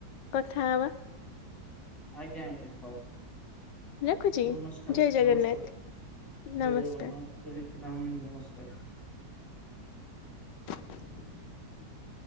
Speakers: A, on the left; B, in the centre.
A: କଥା ହବା।
B: ଆଜ୍ଞା ଆଜ୍ଞା ହଉ।
A: ରଖୁଛି
B: ନମସ୍କାର
A: ଜୟ ଜଗନ୍ନାଥ
B: ନମସ୍କାର
A: ନମସ୍କାର।
B: ଜୟ ଜଗନ୍ନାଥ। ଜୟ ଶ୍ରୀରାମ ନମସ୍କାର।
A: <inaudible>